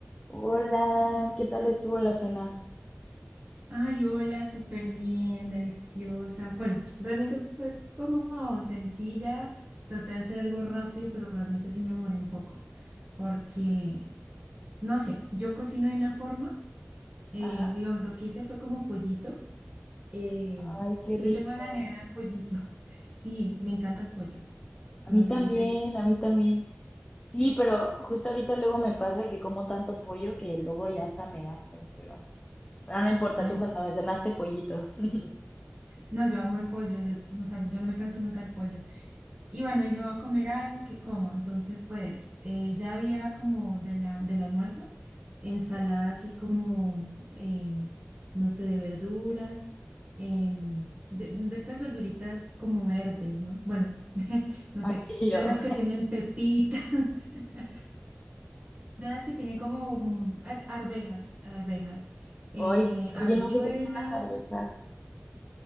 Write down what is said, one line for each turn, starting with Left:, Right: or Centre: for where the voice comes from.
Left: Hola, ¿qué tal estuvo la cena?
Right: Ay, hola, súper bien, deliciosa. Bueno, realmente fue como sencilla. Traté de hacer algo rápido, pero realmente sí me demoré un poco. Porque, no sé, yo cocino de una forma. eh,
Left: Ajá.
Right: digamos, lo que hice fue como pollito. eh, o
Left: Ay, qué
Right: sea,
Left: rico.
Right: yo tengo en la nevera el pollito. <laughs> Sí, me encanta el pollo.
Left: A
Right: No
Left: mí
Right: sé
Left: también,
Right: si te...
Left: a mí también. Sí, pero justo ahorita luego me pasa que como tanto pollo que luego ya hasta me harto, pero, pero no importa,
Right: Ay,
Left: tú cuando me cenaste pollito. <laughs>
Right: no, yo amo el pollo. Yo, o sea, yo no me canso nunca del pollo. Y bueno, dije, voy a comer algo que como. Entonces, pues, eh, ya había como de la, del almuerzo, ensalada así como, eh, no sé, de verduras, em, de, de estas verduritas como verdes, ¿no? Bueno, <laughs> no
Left: Ay,
Right: sé,
Left: y yo.
Right: de esas que tienen pepitas, <laughs> de esas que tienen como mm, a- arvejas, arvejas, eh,
Left: Hoy, oye,
Right: habichuelas.
Left: no sé qué son las arvejas.